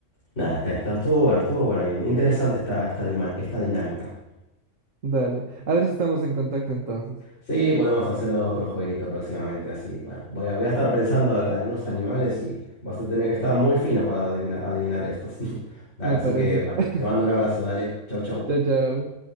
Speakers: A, on the left (about 60°); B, on the right (about 75°).
A: nada, está, está, estuvo bueno, estuvo bueno. in- Interesante esta, esta, dima- esta dinámica.
B: Dale, a ver si estamos en contacto entonces,
A: Sí, podemos hacer o- otro jueguito próximamente, así. Bueno, voy a, voy a estar pensando a- algunos animales y vas a tener que estar muy fino para adivinar, adivinar estos. <laughs> Dale,
B: me
A: así
B: parece.
A: que bueno,
B: <laughs>
A: te mando un abrazo, dale. Chau, chau.
B: Chao, chao.